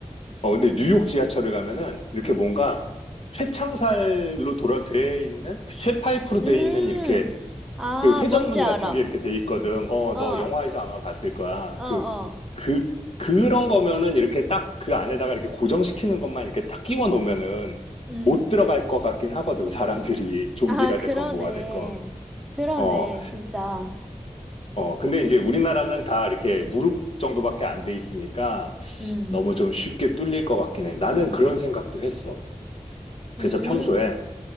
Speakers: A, on the left; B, in the centre.
A: 어, 근데 뉴욕 지하철을 가면은 이렇게 뭔가 쇠창살로 돌아, 돼 있는, 쇠파이프로
B: 음,
A: 돼 있는 이렇게
B: 아,
A: 그 회전문
B: 뭔지 알아.
A: 같은 게 이렇게 돼 있거든. 어,
B: 어,
A: 너
B: 어,
A: 영화에서 아마 봤을 거야.
B: 어.
A: 그, 그, 그런 거면은 이렇게 딱 그 안에다가 이렇게 고정시키는 것만 이렇게 딱 끼워 놓으면은
B: 음.
A: 못 들어갈 것 같긴 하거든. 사람들이 좀비가
B: 아, 그러네.
A: 됐건 뭐가 됐건.
B: 그러네,
A: 어,
B: 진짜.
A: 어. 근데 이제 우리나라는 다 이렇게 무릎 정도밖에 안 돼 있으니까
B: 음,
A: 너무 좀 쉽게 뚫릴 것 같긴 해. 나는
B: 음,
A: 그런 생각도 했어. 그래서
B: 음.
A: 평소에